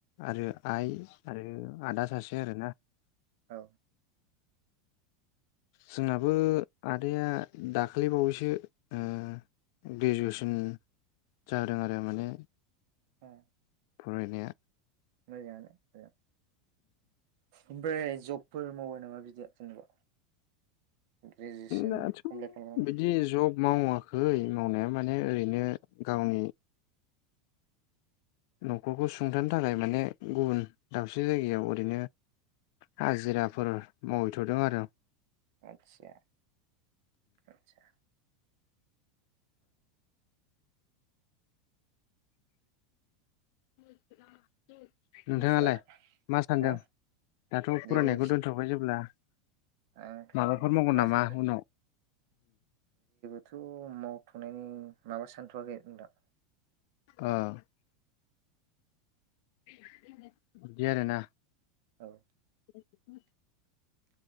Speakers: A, on the left; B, on the right.
A: आरो आइ आरो आदा सासे आरोना।
B: औ
A: जोंनाबो आदाया दाखालि बावैसो उम ग्रेजुवेसन जादों आरो माने।
B: उह
A: फरायनाया
B: मोजांआनो <unintelligible> ओमफ्राय जबफोर मावो नामा बिदि जेनबा? ग्रेजुवेसन
A: दाथ'
B: कमप्लिट खालामनानै
A: बिदि जब मावाखै मावनाया माने ओरैनो गावनि नखरखौ सुंथानो थाखाय माने गुबुन दाबसे जायगायाव ओरैनो हाजिराफोर मावहैथदों आरो आं
B: आदचा आदचा
A: <inaudible> <inaudible> नोंथाङालाय
B: ओमफ्राय
A: मा सानदों
B: हो
A: दाथ फरायनायखौ
B: जेबो
A: दोनथबाय जेब्ला
B: आंथ'
A: माबाफोर मावगोन
B: मा
A: नामा
B: साननो
A: उनाव
B: <unintelligible> थनायनि माबा सानथवाखै आं दा
A: उह <inaudible> बिदि आरो ना
B: औ
A: <inaudible>